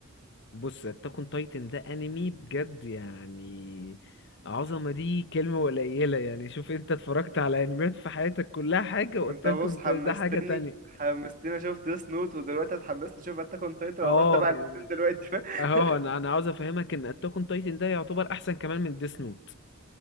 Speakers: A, on the left; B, on the right.
A: بص اتاك اون تايتن ده انمي بجد يعني عظمه دي كلمه قليله يعني شوف انت اتفرجت على انميات في حياتك كلها حاجه واتاك
B: انت بص
A: اون
B: حمستني
A: تايتن ده حاجه تانية
B: حمستني اشوف ديس نوت ودلوقتي اتحمست اشوف اتاك اون تايتن
A: اه
B: اروح تبع
A: يعني
B: الاثنين دلوقتي <laughs>
A: اهو انا انا عاوز افهمك ان اتاك اون تايتن ده يعتبر احسن كمان من ديس نوت